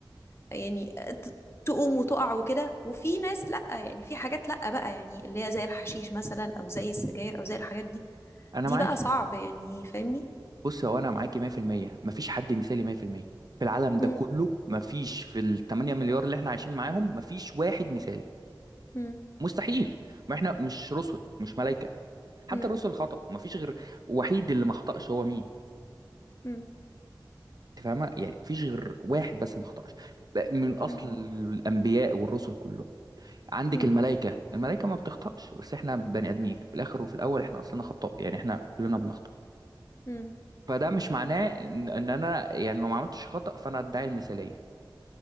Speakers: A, on the left; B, on the right.
A: يعني آه، ت- تقوم وتقع وكده وفي ناس لأ يعني في حاجات لأ بقى يعني اللي هي زي الحشيش مثلا أو زي السجاير أو زي الحاجات دي
B: انا
A: دي
B: معاك
A: بقى صعب يعني فاهمني
B: بص هو انا معاكي 100% مفيش حد مثالي 100% في المية في العالم ده
A: مم،
B: كله مفيش في ال 8 مليار اللي احنا عايشين معاهم مفيش واحد مثالي
A: مم،
B: مستحيل ما احنا مش رسل مش ملائكة حتى
A: مم،
B: الرسل خطأوا مفيش غير وحيد اللي ما خطأش هو مين
A: مم،
B: انت فاهمة يعني مفيش غير واحد بس ما خطأش بقى من اصل
A: مم،
B: الانبياء والرسل كله عندك
A: مم،
B: الملائكة الملائكة ما بتخطأش بس احنا بني ادمين في الاخر وفي الاول احنا اصلنا خطاء يعني احنا كلنا بنخطأ
A: مم،
B: فده مش معناه ان إن انا يعني لو ما عملتش خطأ فانا ادعي المثالية